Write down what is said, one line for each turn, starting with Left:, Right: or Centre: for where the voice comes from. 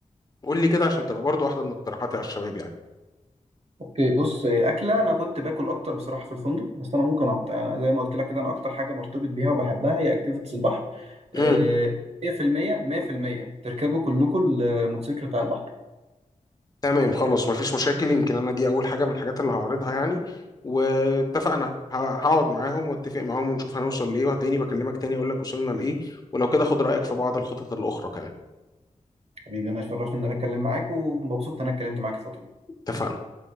Left: قول لي كده عشان تبقى برضو واحدة من اقتراحاتي على الشباب يعني
Right: اوكي بص اكله انا كنت باكل اكتر بصراحه في الفندق بس انا ممكن أعط... أنا زي ما قلت لك كده انا اكتر حاجه برتبط بيها وبحبها هي اكتيفيتيز البحر آه،
Left: امم
Right: 100% 100% تركبوا كلكم الموتوسيكل بتاع البحر
Left: تمام خلاص مفيش مشاكل يمكن انا دي اول حاجة من الحاجات اللي هعرضها يعني واتفقنا ه- هقعد معاهم واتفق معاهم ونشوف هنوصل لايه وهتلاقيني بكلمك تاني اقول لك وصلنا لايه ولو كده خد رأيك في بعض الخطط الأخرى كمان
Right: حبيبي انا اتشرفت ان انا اتكلم معاك ومبسوط ان انا اتكلمت معاك الفتره دي.
Left: اتفقنا